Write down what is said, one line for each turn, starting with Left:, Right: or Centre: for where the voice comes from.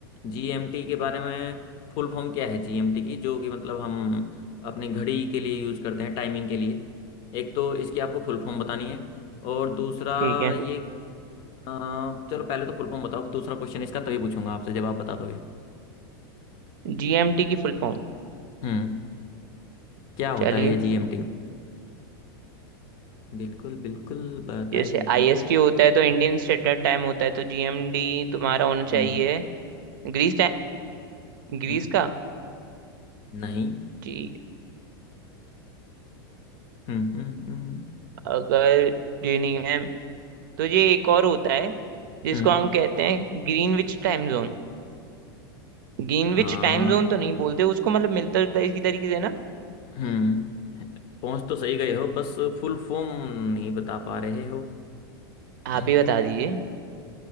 Left: जीएमटी के बारे में फुल फॉर्म क्या है जीएमटी की जो कि मतलब हम अपनी घड़ी के लिए यूज करते हैं टाइमिंग के लिए एक तो इसकी आपको फुल फॉर्म बतानी है और दूसरा
Right: ठीक है
Left: ये अ, चलो पहले तो फुल फॉर्म बताओ दूसरा क्वेश्चन इसका तभी पूछूंगा आपसे जब आप बता दोगे
Right: जीएमटी की फुल फॉर्म
Left: हम्म क्या होता
Right: चलिए
Left: है ये जीएमटी बिल्कुल बिल्कुल बताइए
Right: जैसे आईएसटी होता है तो इंडियन स्टैंडर्ड टाइम होता है तो जीएमडी तुम्हारा होना
Left: हम्म
Right: चाहिए ग्रीस टाइम ग्रीस
Left: हम्म
Right: का
Left: नहीं
Right: जी
Left: हम्म हम्म हम्म
Right: अगर ये नहीं है तो ये एक और होता है जिसको
Left: हम्म,
Right: हम कहते हैं Greenwich time zone Greenwich
Left: हाँ
Right: time zone तो नहीं बोलते उसको मतलब मिलता जुलता इसी तरीके से ना
Left: हम्म पहुंच तो सही गए हो बस फुल फॉर्म नहीं बता पा रहे हो <clears throat>
Right: आप ही बता दीजिए